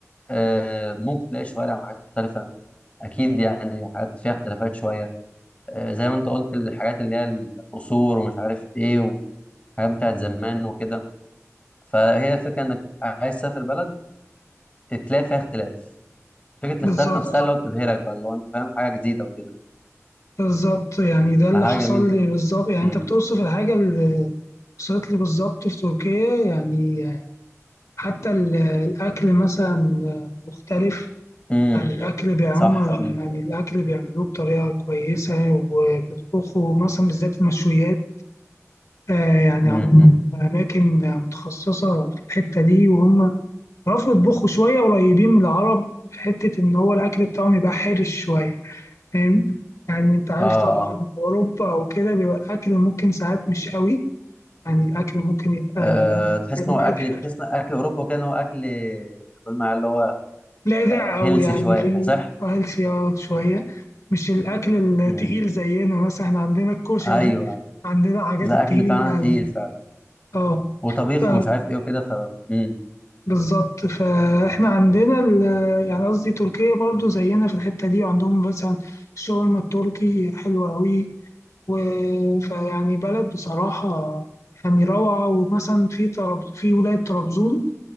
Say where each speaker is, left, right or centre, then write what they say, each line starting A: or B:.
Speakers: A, on the left; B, on the left.
A: آه ممكن تلاقي شوارع وحاجات مختلفه اكيد يعني حاجات فيها اختلافات شويه آه، زي ما انت قلت الحاجات اللي هي القصور ومش عارف ايه وحاجات بتاعت زمان وكده فهي الفكره انك عايز تسافر بلد تلاقي فيها اختلاف فكره الاختلاف
B: بالظبط
A: نفسها اللي هو بتبهرك بقى اللي هو انت فاهم حاجه جديده وكده
B: بالظبط يعني ده اللي
A: فحاجه
B: حصل
A: جميله
B: لي بالظبط يعني
A: امم
B: أنت بتوصف الحاجة اللي حصلت لي بالظبط في تركيا يعني حتى ال- الأكل مثلا مختلف
A: امم
B: يعني الأكل بيعم
A: صح
B: صح.
A: امم
B: يعني الأكل بيعملوه بطريقة كويسة وبيطبخوا مثلا بالذات المشويات آه، يعني
A: امم
B: عندهم أماكن متخصصة في الحتة دي وهم عرفوا يطبخوا شوية قريبين من العرب في حتة إن هو الأكل بتاعهم يبقى حرش شوية فاهم يعني أنت عارف
A: اه اه
B: طبعا أوروبا أو كده بيبقى الأكل ممكن ساعات مش قوي يعني الأكل ممكن يبقى
A: آه،
B: محتاج
A: تحس
B: ملح
A: ان هو اكل تحس ان اكل اوروبا كده ان هو اكل قول معايا اللي هو
B: لاذع
A: هيلثي
B: قوي يعني
A: شويه
B: في
A: صحي
B: هيلثي شويه مش الاكل التقيل
A: امم
B: زينا مثلا احنا عندنا الكشري
A: ايوه ايوه
B: عندنا الحاجات
A: لا
B: التقيله
A: اكل بتاعنا تقيل فعلا
B: اه
A: وطبيخ
B: ف-
A: ومش عارف ايه وكده ف امم
B: بالظبط فاحنا عندنا ال- يعني قصدي تركيا برضو زينا في الحته دي وعندهم مثلا الشاورما التركي حلوه قوي و- فيعني بلد بصراحه يعني روعه ومثلا في طرب في ولايه طرابزون